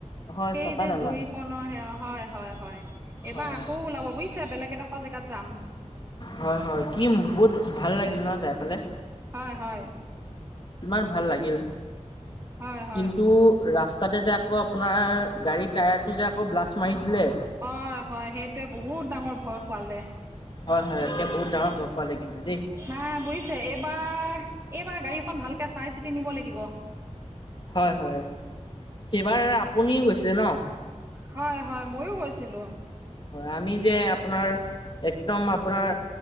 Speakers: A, on the left; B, on the right.
A: হয়
B: সেই
A: চপা
B: যে
A: নালা
B: জুই অ' ন' হয় হয় হয়
A: হয়
B: এবাৰ আকৌ ওলাব বুজিছে বেলেগ এডোখৰ জেগাত যাম।
A: হয় হয় কিম বহুত ভাল লাগিল ন' যাই পেলাই?
B: হয় হয়।
A: ইমান ভাল লাগিল,
B: হয় হয়
A: কিন্তু ৰাস্ তাতে যে আকৌ আপোনাৰ গাড়ীৰ টায়াৰটো যে আকৌ, ব্লাষ্ট মাৰি দিলে
B: হয় হয়। সেইটোৱে বহুত ডাঙৰ ভয় খোৱালে।
A: হয় হয় এতিয়া বহুত ডাঙৰ ভয় খোৱালে কিন্তু দেই
B: নাই বুজিছে এইবাৰ এইবাৰ গাড়ীখন ভালকে চাই চিতি নিব লাগিব।
A: হয় হয়, সেইবাৰ আপুনিও গৈছিলে ন'?
B: হয় হয় ময়ো গৈছিলো।
A: হয় আমি যে আপোনাৰ একদম আপোনাৰ